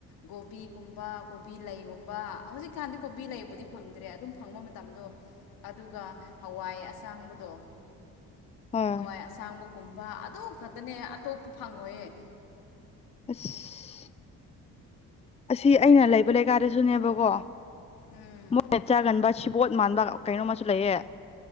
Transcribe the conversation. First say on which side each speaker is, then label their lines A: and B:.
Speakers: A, on the left; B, on the left.
A: ꯀꯣꯕꯤꯒꯨꯝꯕ ꯀꯣꯕꯤ ꯂꯩꯒꯨꯝꯕ ꯍꯧꯖꯤꯛꯀꯥꯟꯗꯤ ꯀꯣꯕꯤ ꯂꯩꯕꯨ ꯐꯪꯗ꯭ꯔꯦ ꯑꯗꯨꯝ ꯐꯪꯕ ꯃꯇꯝꯗꯣ ꯑꯗꯨꯒ ꯍꯧ ꯋꯥꯏ ꯑꯁꯥꯡꯕꯗꯣ
B: ꯍꯣꯏ
A: ꯍꯋꯥꯏ ꯑꯁꯥꯡꯕꯒꯨꯝꯕ ꯑꯗꯨ ꯈꯛꯇꯅꯦ ꯑꯇꯣꯞꯄ ꯐꯪꯉꯣꯏꯌꯦ
B: ꯑꯁ ꯑꯁꯤ ꯑꯩꯅ ꯂꯩꯕ ꯂꯩꯀꯥꯗꯁꯨꯅꯦꯕꯀꯣ
A: ꯎꯝ
B: ꯃꯣꯏꯅ ꯆꯥꯒꯟꯕ ꯁꯤꯕꯣꯠ ꯃꯥꯟꯕ ꯀꯩꯅꯣꯝꯃꯁꯨ ꯂꯩꯌꯦ